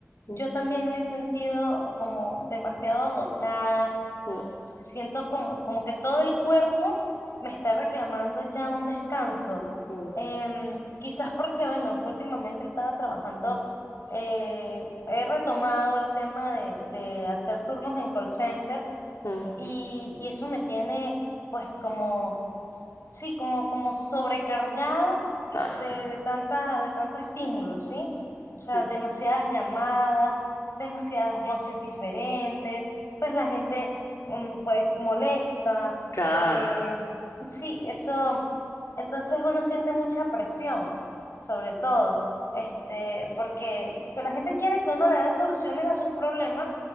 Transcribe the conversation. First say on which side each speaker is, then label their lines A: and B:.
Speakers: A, on the left; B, on the left.
A: Mm,
B: Yo también me he sentido como demasiado agotada
A: mm,
B: Siento como, como que todo el cuerpo me está reclamando ya un descanso.
A: mm,
B: Em, quizás porque, bueno, últimamente estaba trabajando, eh, he retomado el tema de, de hacer turnos en call center
A: mm,
B: y, y eso me tiene pues como, sí, como, como sobrecargada
A: claro,
B: de, de tanta, de tanto estímulo, ¿sí? O sea,
A: mm,
B: demasiadas llamadas, demasiadas voces diferentes, pues la gente, mm, pues, molesta,
A: claro,
B: eh, sí, eso, entonces uno siente mucha presión, sobre todo, este, porque, porque la gente quiere que uno le dé soluciones a sus problemas